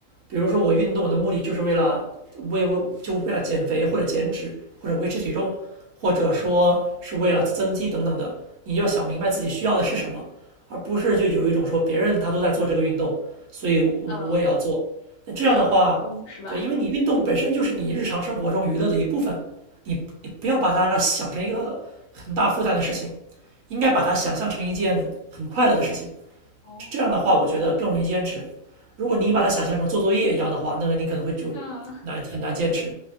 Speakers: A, on the right (about 70°); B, on the left (about 70°).
A: 比如说我运动我的目的就是为了为为就为了减肥或者减脂或者维持体重，或者说是为了增肌等等的。你要想明白自己需要的是什么，而不是就有一种说别人他都在做这个运动，所以我也要做。
B: 嗯、
A: 那这样的话，
B: 不要跟风是吧？
A: 对，因为你运动本身就是你日常生活中娱乐的一部分，你你不要把它想成一个很大负担的事情，应该把它想象成一件很快乐的事情。
B: 哦，
A: 这样的话，我觉得更容易坚持。如果你把它想象成做作业一样的话，那你可能会就难很难坚持。
B: 嗯。